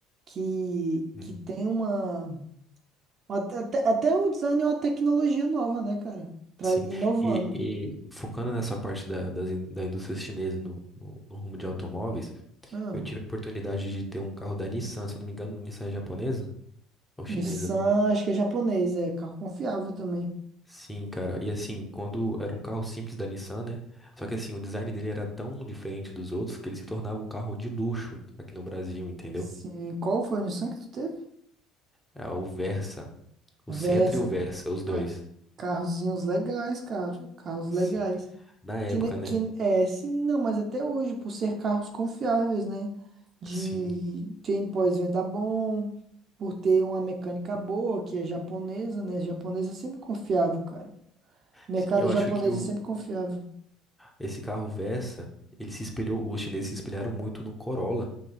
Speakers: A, on the right; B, in the centre.
A: Que,
B: Hum,
A: que tem uma. Até, até- até o design é uma tecnologia nova, né, cara? Tra-
B: Sim.
A: Inovando.
B: E, e focando nessa parte da, das in- da indústria chinesa no, no no rumo de automóveis,
A: Ah,
B: Eu tive a oportunidade de ter um carro da Nissan, se eu não me engano, Nissan é japonesa ou chinesa,
A: Nissan,
B: eu não lembro.
A: acho que é japonês, é carro confiável também.
B: Sim, cara. E assim, quando era um carro simples da Nissan, né? Só que assim, o design dele era tão diferente dos outros que ele se tornava um carro de luxo aqui no Brasil, entendeu?
A: Sim, qual foi o Nissan que tu teve?
B: É o Versa, o
A: Versa,
B: Sentra e o Versa, os dois.
A: ca- carrozinhos legais, cara, carros legais.
B: Sim. Na época,
A: Que, ne-
B: né?
A: que é, sim, não, mas até hoje, por ser carros confiáveis, né? De
B: Sim.
A: tem pós-venda bom, por ter uma mecânica boa, que é japonesa, né? Japonesa é sempre confiável, cara. Mercado
B: Sim, eu
A: japonês
B: acho que o
A: é sempre confiável.
B: esse carro Versa, ele se espelhou, os chineses se espelharam muito no Corolla,